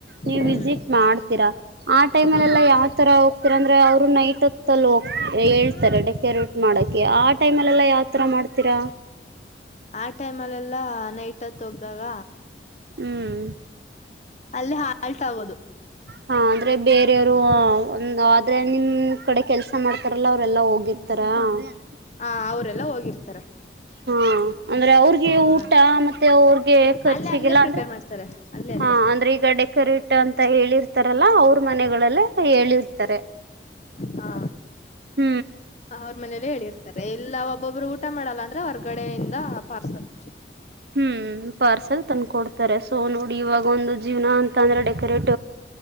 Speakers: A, on the right (about 65°); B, on the left (about 40°).
A: ನೀವ
B: ಹ್ಮ್
A: ವಿಸಿಟ್ ಮಾಡ್ತೀರಾ ಆ ಟೈಮಲ್ಲ
B: ಹ
A: ಎಲ್ಲಾ ಯಾವ ತರ ಹೋಗ್ತೀರ ಅಂದ್ರೆ ಅವ್ರು ನೈಟ್ ಹತ್ತಲ್ಲಿ ಹೋಗ್ತ ಹೇಳ್ತಾರೆ ಡೆಕೋರೇಟ್ ಮಾಡಕ ಆ ಟೈಮಲ್ಲ ಎಲ್ಲ ಯಾವತರ ಮಾಡ್ತೀರಾ.
B: ಆ ಟೈಮ್ ಅಲ್ಲ ಎಲ್ಲಾ ನೈಟ್ ಹತ್ ಒಬ್ದಾಗ.
A: ಹ್ಮ್.
B: ಅಲ್ಲಿ ಹಾಲ್ಟ್ ಆಗೋದು.
A: ಹ ಅಂದ್ರೆ ಬೇರೆಯವರು ಒ ಆದ್ರೆ ನಿಮ್ ಕಡೆ ಕೆಲ್ಸ ಮಾಡ್ತಾರಲ್ಲ ಅವ್ರಲ್ಲಾ ಹೋಗಿರ್ತಾರ. ಹಾ.
B: ಹ ಅವರೆಲ್ಲ ಹೋಗಿರ್ತಾರೆ.
A: ಹಾ ಅಂದ್ರೆ ಅವ್ರಿಗೆ
B: ಹ
A: ಊಟ ಮತ್ತೆ ಅವ್ರಗೆ ಖರ್ಚಿಗೆಲ್ಲ
B: ಅಲ್ಲೇ ಅಲ್ಲೇ ಪ್ರಿಪೇರ್
A: ಅಂದ್ರೆ.
B: ಮಾಡ್ತಾರೆ ಅಲ್ಲೇ
A: ಹಾ
B: ಅಲ್ಲೇ
A: ಅಂದ್ರೆ ಈಗ ಡೆಕೋರೇಟ್ ಅಂತ ಹೇಳಿರ್ತಾರಲ್ಲ ಅವ್ರ ಮನೆಗಳಲ್ಲ ಹೇಳಿರ್ತ. ಾರೆ.
B: ಹಾ
A: <unintelligible>
B: ಅವ್ರ ಮನೇಲ್ಲೇ ಹೇಳಿರ್ತಾರೆ ಎಲ್ಲ ಒಬ್ಬೊಬ್ರು ಊಟ ಮಾಡಲ್ಲ ಅಂದ್ರ ಹೊರ್ಗಡೆಯಿಂದ ಪಾರ್ಸಲ್.
A: ಹ್ಮ್ ಪಾರ್ಸಲ್ ತಂದಕ ಕೊಡ್ತಾರೆ ಸೊ ನೋಡಿ ಇವಾಗ ಒಂದು ಜೀವನ ಅಂತ ಅಂದ್ರೆ ಊಡೆಕೋರೇಟ್